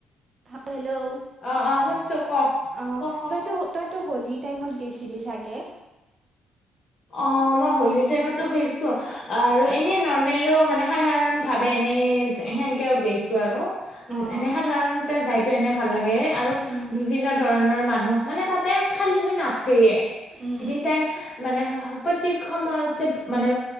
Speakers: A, on the right; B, on the left.
A: হেল্ল'!
B: অ, অ শুনচো ক,
A: অ',
B: ক,
A: তইতো
B: ক।
A: তইতো হোলী টাইমত গৈছিলি চাগে?
B: অ, মই হোলীৰ টাইমতো গৈছোঁ। আৰু এনেই নৰ্মেলো, মানে। সাধাৰণভাৱে এনেই, যে সেনেকৈও গৈছোঁ, আৰু
A: অ',
B: এনে সাধাৰণতে যাইতো এনে। ভাল লাগে আৰু
A: উম,
B: বিভিন্ন ধৰণৰ মা ন, মানে তাতে খালী হৈ নাথকেয়ে,
A: উম,
B: এনিটাইম খা মানে হ, হ, প্ৰত্যেক সময়তে, মানে,